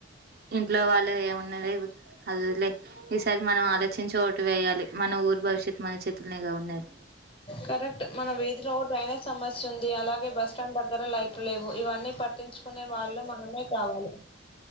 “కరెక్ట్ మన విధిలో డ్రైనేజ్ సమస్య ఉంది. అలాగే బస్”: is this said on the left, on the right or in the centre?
Left